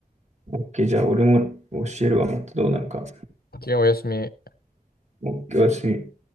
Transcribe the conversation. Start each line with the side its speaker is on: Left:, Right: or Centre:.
Right: ん。OK、じゃあ俺も教えるわ、もっとどうなるか。
Left: OK、おやすみ。
Right: OK、おやすみ。